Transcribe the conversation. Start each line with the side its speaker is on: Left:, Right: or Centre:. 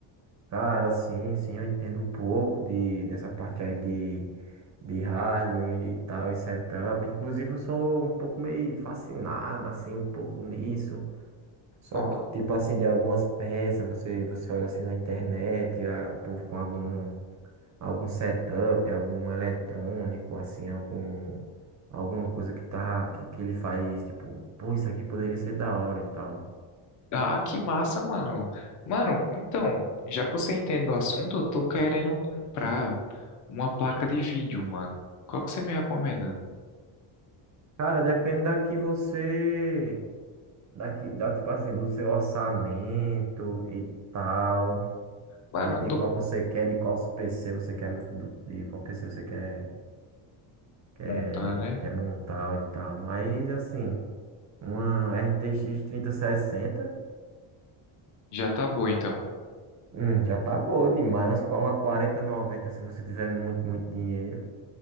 Right: Cara, sim, sim, eu entendo um pouco de, dessa parte aí de, de hardware e tal, e setup. Inclusive, eu sou um pouco meio fascinado, assim, um pouco nisso. Só
Left: Nossa.
Right: que, tipo assim, de algumas peças, você, você olha assim na internet, a- o povo com algum, algum setup, algum eletrônico, assim, algum, alguma coisa que, tá, que, que ele faz, tipo, pô, isso aqui poderia ser da hora e tal.
Left: Ah, que massa, mano. Mano, então, já que você entende do assunto, eu tô querendo comprar uma placa de vídeo, mano. Qual que você me recomenda?
Right: Cara, depende da que você. Daqui, da, tipo assim, do seu orçamento e tal.
Left: Mano,
Right: De,
Left: eu
Right: de
Left: tô
Right: qual você quer, de qual PC você quer. do- De qual PC você quer, quer,
Left: montar, né?
Right: quer montar e tal. Mas, assim, uma RTX 3060
Left: Já tá bom, então.
Right: hum, já tá boa demais. Mas com uma quarenta noventa se você tiver muito, muito dinheiro.